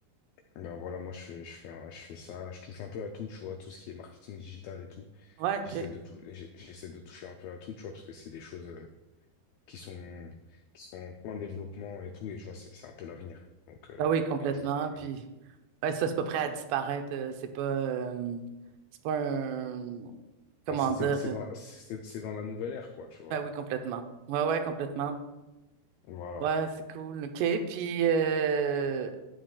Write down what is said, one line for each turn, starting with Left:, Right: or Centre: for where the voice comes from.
Left: Ben voilà, moi, je fais, je fais, un- je fais ça. Je touche un peu à tout, tu vois, tout ce qui est marketing digital et tout.
Right: Ouais, OK.
Left: J'essaie de tout, j'ai- j'essaie de toucher un peu à tout, tu vois, parce que c'est des choses euh, qui sont, qui sont en plein développement et tout. Et je vois, c'est c'est un peu l'avenir. Donc, euh,
Right: Ben oui, complètement.
Left: bah, je me compte.
Right: Puis, ouais, ça, c'est pas prêt à disparaître. euh, C'est pas, euh, c'est pas un, comment
Left: Bah, c'est c'est-
Right: dire?
Left: c'est dans, c'est c'est dans la nouvelle ère, quoi, tu vois.
Right: Ben oui, complètement. Ouais, ouais, complètement.
Left: Voilà.
Right: Ouais, c'est cool. OK. Puis, euh,